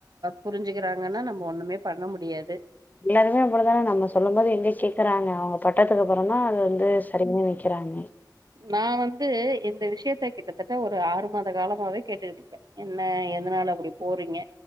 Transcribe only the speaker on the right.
புரிஞ்சுக்கிறாங்கன்னா நம்மக்ஷப ஒன்னு மே பண்ண முடியாது
நா வந்து இந்த விஷயத்த கிட்டத்தட்ட ஒரு ஆறு மாத காலமாவே கேட்டுக்கிட்டு இருக்க என்ன எதனா ல அப்டி போறீங்க